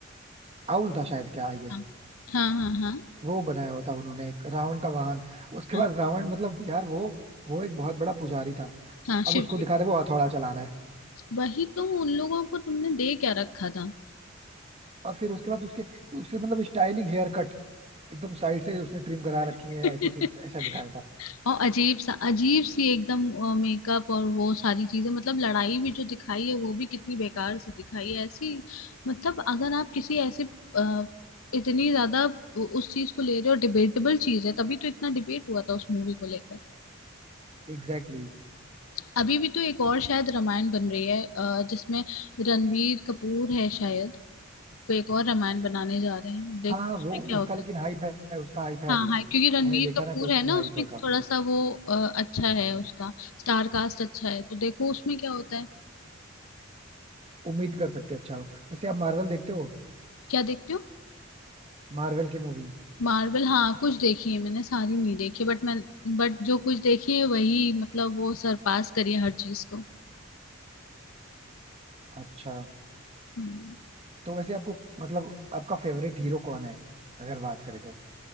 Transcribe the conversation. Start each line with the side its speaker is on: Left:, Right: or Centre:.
Right: आउल था शायद क्या आई
Left: था हाँ हाँ हाँ हाँ
Right: वो बनाया हुआ था उन्होंने एक रावण का वाहन उसके
Left: हाँ
Right: बाद रावण मतलब यार वो वो एक बहुत बड़ा पुजारी था
Left: हाँ, शिव
Right: अब उसको
Left: जी
Right: दिखा रहे वो हथौड़ा चला रहा है
Left: वही तो उन लोगों को तुमने दे क्या रखा था
Right: और फिर उसके बाद उसके उसके मतलब स्टाइलिंग हेयर कट एकदम साइड से उसने ट्रिम करा रखी
Left: <laughs>
Right: है ऐसी से ऐसा दिखाया था
Left: और अजीब सा अजीब सी एकदम मेकअप और वो सारी चीजें मतलब लड़ाई भी जो दिखाई है वो भी कितनी बेकार से दिखाई है ऐसी मतलब अगर आप किसी ऐसे अ, इतनी ज्यादा उ- उस चीज को ले रहे हो डिबेटेबल चीज है तभी तो इतना डिबेट हुआ था उस मूवी को लेकर
Right: Exactly exactly.
Left: अभी भी तो एक और शायद रामायण बन रही है अ, जिसमें रणबीर कपूर है शायद कोई एक और रामायण बनाने जा रहे हैं अब देखो
Right: हाँ हाँ,
Left: उसमें
Right: वो
Left: क्या
Right: उसका
Left: होता
Right: लेकिन
Left: है
Right: हाइप है उसका हाइप है
Left: हाँ
Right: अभी
Left: हाँ क्योंकि रणवीर
Right: मैंने देखा
Left: कपूर
Right: ना कि उसकी
Left: है ना
Right: हाइप
Left: उसमें
Right: है काफी
Left: थोड़ा सा वो अ, अच्छा है उसका स्टार कास्ट अच्छा है तो देखो उसमें क्या होता है
Right: उम्मीद कर सकते हैं अच्छा हो वैसे आप मार्वल देखते हो
Left: क्या देखते हो
Right: मार्वल की मूवी
Left: मार्वल हाँ कुछ देखी है मैंने सारी नहीं देखी बट मैं बट जो कुछ देखी है वही मतलब वो सरपास करी है हर चीज को
Right: अच्छा
Left: हम्म।
Right: तो वैसे आपको मतलब आपका फेवरेट हीरो कौन है अगर बात करें तो